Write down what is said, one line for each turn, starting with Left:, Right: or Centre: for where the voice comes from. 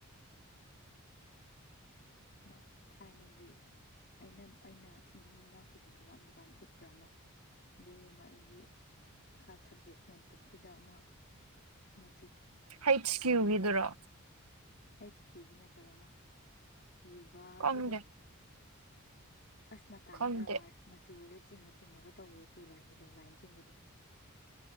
Left: ꯑꯃ ꯊꯥꯏꯅꯒꯤ ꯑꯩꯅ ꯑꯩꯅ ꯁ ꯅꯪ ꯃꯃꯥꯡ ꯁꯨꯇꯤ ꯊꯣꯛꯂꯛꯑꯝꯕ ꯀꯥꯟꯗ ꯎꯠꯄ꯭ꯔꯥ ꯑꯃ ꯕꯣꯏ ꯑꯃ ꯑꯩꯒꯤ ꯐꯥꯏꯚ ꯁꯕꯖꯦꯛ ꯅꯣꯠꯕꯨꯛꯀꯤꯗ ꯑꯃ ꯃ
Right: ꯍꯩꯆ ꯀ꯭ꯌꯨꯒꯤꯗꯨꯔꯣ
Left: ꯑꯩꯠꯁ ꯀ꯭ꯌꯨꯒꯤ ꯅꯠꯇꯕ ꯑꯃ ꯌꯨꯚꯥꯒꯤꯗꯣ
Right: ꯈꯪꯗꯦ
Left: ꯑꯁꯃ ꯇꯥꯏꯗ
Right: ꯈꯪꯗꯦ
Left: ꯃ ꯃꯖꯨ ꯂꯣꯏ ꯆꯤꯡꯉ ꯆꯤꯡꯉꯒ ꯇꯧꯕꯗꯣ ꯇꯨ ꯂꯥꯏꯟꯒꯤꯗꯣ ꯂꯥꯏꯟ ꯆꯤꯡꯕꯗꯣ